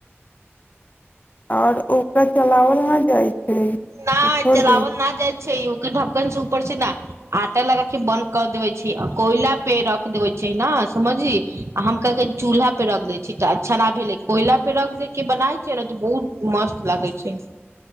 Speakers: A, on the left (about 35°); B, on the right (about 85°).
A: और ओकरा चलावल नहि जाइ छै
B: न
A: छोड़
B: चलाबल
A: दै
B: न जाइत छै औकि ढकन से पड़ छै ने आटा लगा की बन्द कर देबै छै आ कोइला पे रख देबै छै न समझी आ हम कहके चूल्हा पे रख दै छी तऽ अच्छा न भेले कोयला पे रख दे के बनाय छै त बहुत मस्त लगे छै